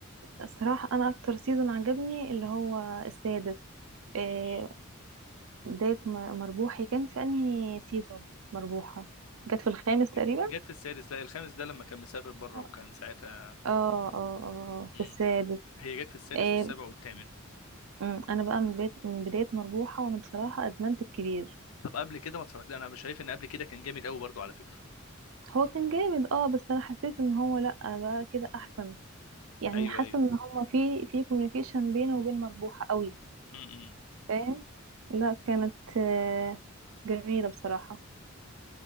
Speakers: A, on the right; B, on the left.
A: الصراحة أنا أكتر سيزون عجبني اللي هو السادس آه
B: م- م.
A: بداية م- مربوحي كان في أنهي سيزون مربوحة جت في الخامس تقريبا
B: ج- جت في السادس لا الخامس ده لما كان مسافر بره
A: اه
B: وكان ساعتها
A: اه اه
B: م.
A: في السادس
B: هي جت في السادس
A: آه
B: والسابع والثامن
A: أمم، أنا بقى من بداية من بداية مربوحة وأنا بصراحة أدمنت الكبير
B: طب قبل كده ما اتفرجت انا مش شايف ان قبل كده كان جامد قوي برضو على فكره
A: هو كان جامد اه بس أنا حسيت إن هو لأ بقى كده أحسن يعني
B: ايوه
A: حاسه
B: ايوه
A: ان هما في في كوميونيكيشن بينه وبين مربوحه قوي
B: م- م.
A: فاهم لا كانت آه، جميله بصراحه